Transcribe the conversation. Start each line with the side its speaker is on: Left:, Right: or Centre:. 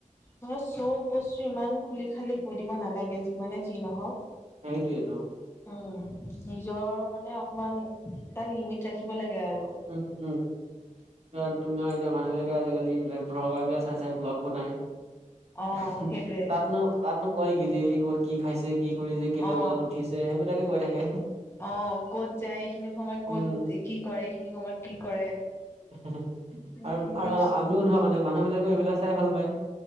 Left: মানে চব বস্তু ইমান খুলি -খালি কৈ দিব নালাগে যিমানে যি নহওক।
Right: সেইটোৱেটো।
Left: উম, নিজৰ মানে অকমান তাত লিমিট ৰাখিব লাগে আৰু।
Right: উম- উম। ইয়াত তোমাৰ এতিয়া মানুহবিলাকে আজিকালি এইবিলাক ভ্লগাৰ বিলাক চাই- চাই ব্লগ বনাই।
Left: অ
Right: <unintelligible>
Left: সেইটোৱে
Right: তাতনো -তাতনো কয় কি ডেইলি কত কি খাইছে কি শুই যে কেইটা
Left: অ
Right: বজাত উঠিছে সেইবিলাকে কৈ থাকে
Left: অ ক'ত যায় এইখিনি সময়ত
Right: উম।
Left: ক'ত কি কৰে এইখিনি সময়ত কি কৰে?
Right: <unintelligible>
Left: উম
Right: আৰু
Left: লগ চব
Right: আমিও ধৰ মানে মানে। বিলাকে এইবিলাক চাই ভাল পায়।